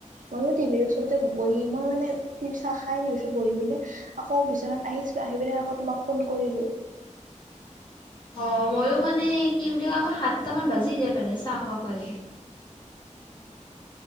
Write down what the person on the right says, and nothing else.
ময়ো টিভিৰ ওচৰতে বহি মই মানে টি চাহ খাই দিছো বহি পিনে আকৌ বিচনাত আহিছো আহি পিনে আকৌ তোমাক ফোন কৰিলো